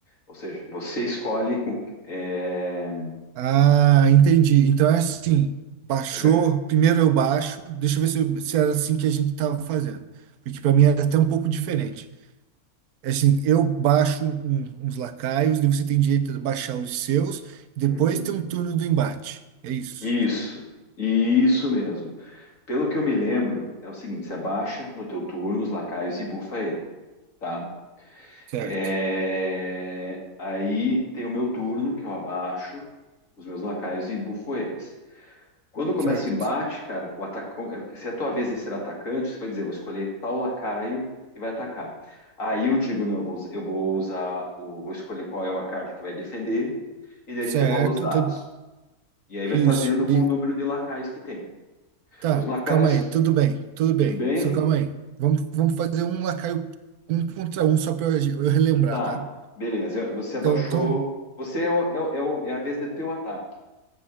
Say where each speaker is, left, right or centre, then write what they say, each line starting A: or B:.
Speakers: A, on the left (about 60°); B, on the right (about 85°).
A: Ou seja, você escolhe com. É...
B: Ah, entendi. Então é assim, baixou,
A: na ver-
B: primeiro eu baixo, deixa eu ver se, eu- se era assim que a gente estava fazendo, porque para mim era até um pouco diferente. É assim, eu baixo um- um, uns lacaios, daí você tem direito a baixar os seus, depois
A: Uhum.
B: tem um turno do embate. É isso.
A: Isso, isso mesmo. Pelo que eu me lembro, é o seguinte: você abaixa no teu turno os lacaios e bufa ele, tá?
B: Certo,
A: É, Aí tem o meu turno, que eu abaixo os meus lacaios e bufo eles. Quando começa
B: certo,
A: o embate, cara, o atacão, é, se é a tua vez de ser atacante, você vai dizer, vou escolher tal lacaio e vai atacar. Aí eu digo, não, eu vou, us- eu vou usar, o- vou escolher qual é a carta que vai defender, e daí
B: certo.
A: a gente rola os dados.
B: então,
A: E aí vai
B: isso.
A: fazendo
B: De,
A: com o número de lacaios que tem.
B: tá,
A: Os lacaios,
B: calma aí,
A: que-
B: tudo bem, tudo bem.
A: tudo bem?
B: Só calma aí. Vamos, vamos fazer um lacaio um contra um só para eu eu relembrar,
A: Tá,
B: tá?
A: beleza. Você abaixou.
B: Então, então,
A: Você é, o- é o- é o- é a vez do teu ataque.